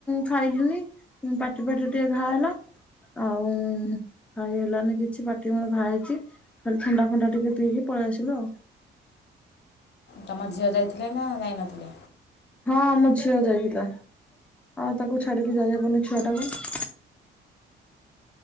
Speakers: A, in the centre; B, on the left.
A: ଖାଇଲିନି ପାଟି ପାଟି ଟିକେ ଘା ହେଲା ଆଉ ଖାଇ ହେଲାନି କିଛି ପାଟି ମୋର ଘା ହେଇଛି ଖାଲି ଥଣ୍ଡା ଫଣ୍ଡା ଟିକେ ପିଇକି ପଳେଇ ଆସିଲୁ ଆଉ।
B: ତୁମ ଝିଅ ଯାଇଥିଲେ ନା ଯାଇନଥିଲେ?
A: ହଁ ମୋ ଝିଅ ଯାଇଥିଲା ଆଉ ତାକୁ ଛାଡିକି ଯାଇହବନି ଛୁଆ ଟାକୁ।